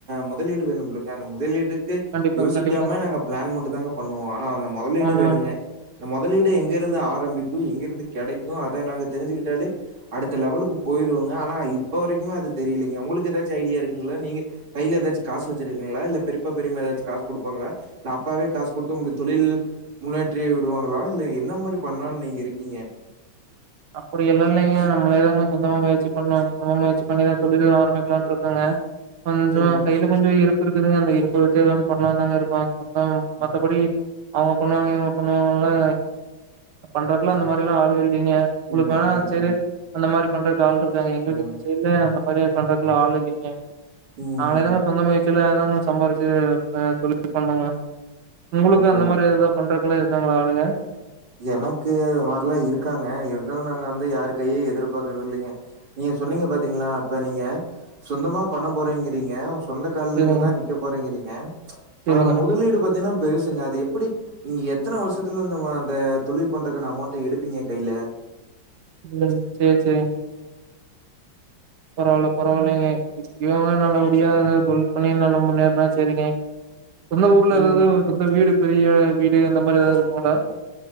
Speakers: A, on the right (about 85°); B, on the right (about 60°).
A: முதலீடு வேணும் மில்லங்க அந்த முதலீடுக்
B: கண்டிப்பாங்
A: யோசிக்காம
B: கண்டிப்பாங்
A: நாங்க பிளான் மட்டும் தாங்க பண்ணுவோம் ஆனா அந்த முதலீடு
B: ஆமாங்
A: வேணுங்க இந்த முதலீடு எங்க இருந்து ஆரம்பிக்கு எங்கிருந்து கிடைக்கு அதை நாங்க தெரிஞ்சுகிட்டாலே அடுத்த லெவலுக்கு போயிருவோங்க ஆனா இப்போ வரைக்குமே அது தெரியலலைங்க உங்களுக்கு ஏதாச்ச ஐடியா இருக்குங்களா நீங்க கையில ஏதாச்சும் காசு வச்சிருக்கீங்களா இல்ல பெரியப்பா பெரிம்மா ஏதாச்சும் காசு கொடுப்பாங்களா இல்ல அப்பாவே காசு குடுத்து உங்களுக்கு தொழில் முன்னேற்றி விடுவாங்களா இல்ல என்ன மாதிரி பண்ணலாம்னு நீங்க இருக்கீங்க
B: அப்படி எல்லாம் இல்லைங்க நம்மளதாங்க சொந்தமா முயற்சி பண்ண சொந்த முயற்சி பண்ணிதான் சொல்லி ஆரம்பிக்கலாம்ட்டு இருக்கங்க கொஞ்சம்
A: ம்,
B: கையில கொஞ்சம் இரு இருக்குதுங்க அந்த இருப்பை வச்ச ஏதாவது பண்ணலாம் தாங்க இருக்கோம் கொந்தம் மத்தபடி
A: ம்,
B: அவங்க பண்ணுவாங்க இவங்க பண்ணுவாங்கனுலா பண்றக்குலா அந்த மாரி எல்லா ஆளுங்க இல்லைங்க உங்களுக்கு
A: ம்,
B: வேணா சேரி
A: ம்,
B: அந்த மாரி பண்றதுக்கு ஆள் இருக் காங்க எங்களுக்கு
A: ம்,
B: இந்த சைடுல அந்த மாரி பண்றதுக்குலா ஆள் இல்லிங்க
A: ம்.
B: நாங்களேதாங்க சொந்த முயற்சியிலதாங்க சம்பாரிச்சு வேற தொழில் பண்ணுங்க உங்களுக்கு
A: ஓகே.
B: அந்த மாரி ஏதாது பண்றதுக்லா இருக்காங்ளா ஆளுங்க
A: எனக்கு அது மாரிலா இருக்காங்க இருந்தாலு நாங்க வந்து யாரு கையையு எதிர்பாக்கறது இல்லைங்க நீங்க சொன்னிங்க பாத்தீங்ளா இப்ப நீங்க சொந்தமா பண்ண போறேங்றிங்க சொந்த கால்லன்னுதா
B: சேரிங்க
A: நிக்க போறேங்றிங் க
B: சேரிங்க
A: அதோட முதலீடு பாத்தினா பெருசுங்க அது எப்படி நீங்க எத்தனை வருஷத்துல அந்த இந்த தொழில் பண்றக்கான அமௌண்ட எடுப்பிங்க கைல
B: ம் சேர் சேரிங் பரவால பரவாலைங்க இவங்க நல்லபடியா எதாது தொழில் பண்ணி நல்லா முன்னேறுனா செரிங்க சொந்த ஊர்ல
A: நீங்
B: எதாவ்து சொந்த வீடு பெரிய வீடு இந்த மாரி எதாது இருக்குங்ளா